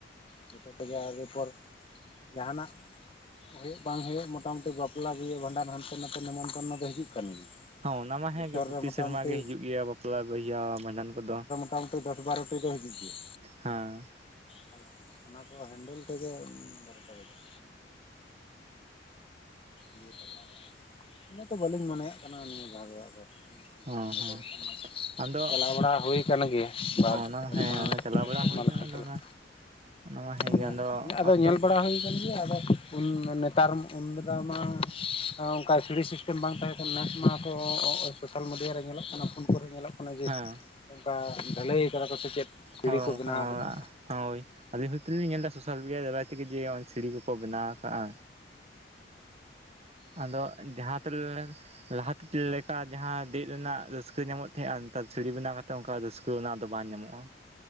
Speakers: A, on the left; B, on the right.
A: ᱡᱚᱛᱚ ᱠᱚᱜᱮ ᱮᱨᱯᱚᱨ ᱡᱟᱦᱟᱸᱱᱟᱜ ᱦᱩᱭᱩᱜᱳᱜ ᱵᱟᱝ ᱦᱳᱭᱳᱜ ᱢᱚᱴᱟᱢᱩᱴᱤ ᱵᱟᱯᱞᱟ ᱵᱤᱭᱟᱹ ᱵᱷᱟᱸᱰᱟᱱ ᱦᱟᱱᱛᱮ ᱱᱟᱛᱮ ᱱᱮᱢᱚᱱᱛᱚᱱᱱᱚ ᱫᱚ ᱦᱤᱡᱩᱜ ᱠᱟᱱ ᱜᱮᱭᱟ᱾
B: ᱦᱚᱸ ᱚᱱᱟ ᱢᱟ
A: ᱵᱚᱪᱷᱚᱨ
B: ᱦᱮᱸᱜᱮ ᱯᱚᱛᱤ
A: ᱨᱮ ᱢᱚᱴᱟᱢᱩᱴᱤ
B: ᱥᱮᱨᱢᱟ ᱜᱮ ᱦᱤᱡᱩᱜ ᱜᱮᱭᱟ ᱵᱟᱯᱞᱟ ᱵᱚᱭᱦᱟ ᱵᱷᱟᱸᱰᱟᱱ ᱠᱚᱫᱚ᱾
A: ᱢᱚᱴᱟᱢᱚᱴᱤ ᱫᱚᱥ ᱵᱟᱨᱚᱴᱤ ᱫᱚ ᱦᱤᱡᱩᱜ ᱜᱮᱭᱟ᱾
B: ᱦᱮᱸ
A: ᱛᱟ <inaudible> ᱚᱱᱟ ᱠᱚ ᱦᱮᱱᱰᱮᱞ ᱛᱮᱜᱮ ᱵᱚᱨᱚᱴᱟ ᱵᱟᱡᱟᱜ ᱫᱤᱭᱮ ᱛᱟᱞᱟᱨᱮ ᱤᱱᱟᱹ ᱛᱚ ᱵᱟᱹᱞᱤᱧ ᱢᱚᱱᱮᱭᱟᱜ ᱠᱟᱱᱟ ᱱᱤᱭᱟᱹ ᱫᱷᱟᱣ ᱫᱚ ᱟᱫᱚ᱾ ᱵᱩᱨᱩ
B: ᱦᱮᱸ
A: ᱵᱚᱝᱜᱟ
B: ᱦᱮᱸ
A: ᱫᱚ ᱵᱟᱠᱷᱟᱱ
B: ᱟᱫᱚ
A: ᱪᱟᱞᱟᱣ ᱵᱟᱲᱟ ᱦᱩᱭ ᱟᱠᱟᱱ ᱜᱮᱭᱟ᱾ ᱵᱟᱨ
B: ᱦᱚᱸ
A: ᱥᱮᱨᱢᱟ
B: ᱚᱱᱟ ᱦᱮᱸ ᱚᱱᱟ ᱪᱟᱞᱟᱣ
A: ᱯᱮ
B: ᱵᱟᱲᱟ
A: ᱥᱮᱨᱢᱟ
B: ᱦᱩᱭ
A: ᱞᱮᱠᱟ
B: ᱠᱟᱱᱟ ᱟᱫᱚ
A: ᱪᱟᱞᱟᱜ
B: ᱚᱱᱟ ᱚᱱᱟ ᱢᱟ
A: ᱦᱮᱸ
B: ᱜᱮ ᱟᱫᱚ
A: ᱟᱫᱚ
B: ᱚᱠᱛᱚ
A: ᱧᱮᱞ ᱵᱟᱲᱟ ᱦᱩᱭ ᱟᱠᱟᱱ ᱜᱮᱭᱟ ᱟᱫᱚ ᱩᱱ ᱱᱮᱛᱟᱨ ᱩᱱ ᱵᱮᱟᱜ <unintelligible> ᱢᱟ ᱚᱱᱠᱟ ᱥᱤᱲᱤ ᱥᱤᱥᱴᱮᱢ ᱵᱟᱝ ᱛᱟᱦᱮᱸ ᱠᱟᱱᱟ ᱱᱮᱥ ᱢᱟᱠᱚ ᱥᱳᱥᱟᱞ ᱢᱤᱰᱤᱭᱟ ᱨᱮ ᱧᱮᱞᱚᱜ ᱠᱟᱱᱟ ᱯᱷᱳᱱ ᱠᱚᱨᱮ ᱧᱮᱞᱚᱜ ᱠᱟᱱᱟ ᱡᱮ
B: ᱦᱮᱸ
A: ᱚᱱᱠᱟ ᱰᱷᱟᱹᱞᱟᱹᱭ ᱠᱟᱫᱟ ᱠᱚ ᱥᱮ ᱪᱮᱫ? ᱥᱤᱲᱤ
B: ᱦᱚᱭ
A: ᱠᱚ
B: ᱚᱱᱠᱟ
A: ᱵᱮᱱᱟᱣ ᱠᱟᱫᱟ
B: ᱦᱳᱭ ᱟᱹᱞᱤᱧ ᱦᱚᱭᱛᱚ ᱞᱤᱧ ᱧᱮᱞ ᱮᱫᱟ ᱥᱳᱥᱟᱞ ᱢᱤᱰᱤᱭᱟ ᱫᱟᱨᱟᱭ ᱛᱮᱜᱮ ᱡᱮ ᱥᱤᱲᱤ ᱠᱚᱠᱚ ᱵᱮᱱᱟᱣ ᱟᱠᱟᱜᱼᱟ᱾ ᱟᱫᱚ ᱡᱟᱦᱟᱸ ᱛᱱᱟ <unintelligible> ᱞᱟᱦᱟ ᱛᱮ ᱞᱮᱠᱟ ᱡᱟᱦᱟᱸ ᱫᱮᱡ ᱨᱮᱱᱟᱜ ᱨᱟᱹᱥᱠᱟᱹ ᱧᱟᱢᱚᱜ ᱛᱟᱦᱮᱸᱜᱼᱟ ᱱᱮᱛᱟᱨ ᱥᱟᱹᱲᱤ ᱵᱮᱱᱟᱣ ᱠᱟᱛᱮᱮᱫ ᱚᱱᱠᱟ ᱨᱟᱹᱥᱠᱟᱹ ᱛᱚ ᱚᱱᱟ ᱫᱚ ᱵᱟᱝ ᱧᱟᱢᱚᱜᱼᱟ᱾